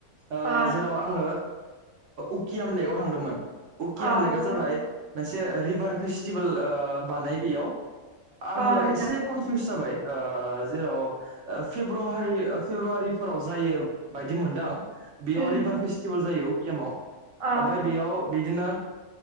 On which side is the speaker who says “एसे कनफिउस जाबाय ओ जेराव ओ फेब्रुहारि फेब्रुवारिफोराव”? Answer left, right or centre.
Right